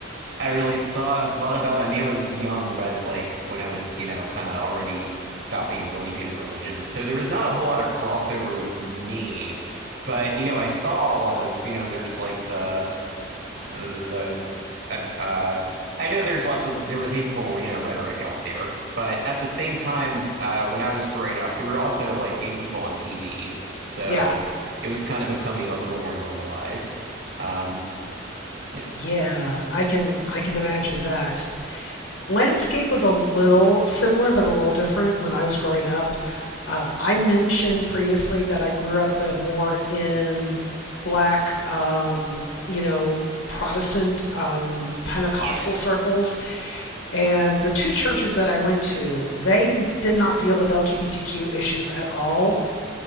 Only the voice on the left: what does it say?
Yeah,
yeah, I can, I can imagine that. Landscape was a little similar, but a little different when I was growing up. Uh, I mentioned previously that I grew up uh, more in black, um, you know, Protestant um, Pentecostal
circles, and the two churches that I went to, they did not deal with LGBTQ issues at all.